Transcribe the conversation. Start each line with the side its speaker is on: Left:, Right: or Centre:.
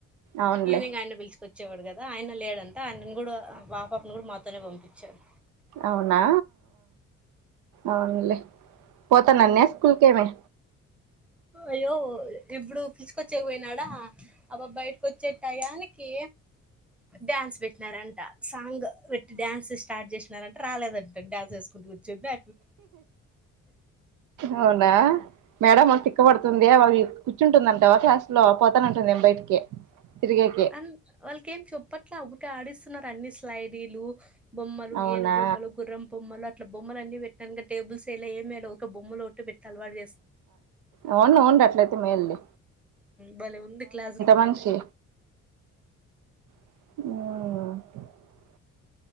Right: అవునులే
Centre: ఈవినింగ్ ఆయన పిలిచుకొచ్చేవాడు కదా కదా ఆయన లేడంటే ఆయను కూడా మా పాపని కూడా మాతోనే పంపించారు
Right: అవునా అవునులే పోత నన్నే స్కూల్కిమె
Centre: అయ్యో ఇప్పుడు పిసుకొచ్చకి పోయినాడా అపాప బయటకు వచ్చేటాయానికి డ్యాన్స్ పెట్టినారంట సాంగ్ పెట్టి డ్యాన్స్ స్టార్ట్ చే ట రాలేదంటండి డాన్స్ వేసుకుంట కూర్చుంటే
Right: అవునా మేడం థీక్క పడుతుంది అవి కూర్చుంటుందంటావా క్లాస్ లో పోతాన అంటుంది ఏమో బయటికి తిరిగేకి
Centre: అం వాళ్ళకి ఏం చెప్పట్లే ఒకటిే ఆడిస్తున్నారు అన్ని స్లైడీలు బొమ్మలు
Right: అవునా
Centre: ఏనుగు బొమ్మలు గుర్రం బొమ్మలు అట్ బొమ్మల అన్ని పెట్టాను టేబుల్స్ ఏమ ఒక బొమ్మలోట్ పెట్టాలి వాడి
Right: అవునవునులే అట్లయితే మేలు లే
Centre: బలే ఉంది క్లాస్ రూమ్
Right: మనిషి
Centre: అంది
Right: హ్మ్మ్